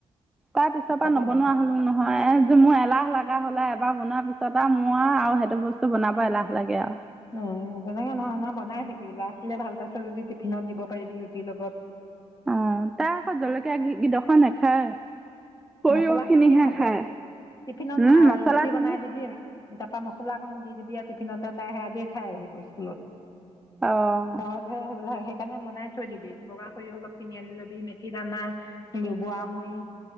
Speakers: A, in the centre; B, on the left.
A: তাৰ পিছৰ পৰা
B: অকমান
A: নবনোৱা হলো নহয় এ মোৰ এলাহ লাগে। এনে হ'লে এবাৰ বনোৱাৰ পিছত আৰু মোৰ আৰু সেইটো বস্তু বনাব এলাহ লাগে আৰু
B: উ তেনেকে নহয় নহ বনাই থাকিবি ল'ৰা ছোৱালীয়ে ভাল পাইছে যদি টিফিনত দিব পাৰিবি ৰুটিৰ লগত।
A: অ তাৰ আকৌ জলকীয়া কিদ খ নাখায়। সৰিয়হ
B: মচলা
A: খিনিহে
B: খিনিকে খাব
A: খায়
B: টিফিনত
A: উম মছলা
B: ৰুটি
A: খিনি
B: বনাই দিবি। তাৰাপা মছলা এখন দি দিবি টিফিনতে তাই সে আজিয়ে খাই আহিব স্কুলত।
A: অ
B: সহজে সেই বিলাকহে। সেই কাৰনে বনাই থৈ দিবি বগা খৰি অলপ কিনি আনি লবি মেঠি দানা লগোৱা মুৰি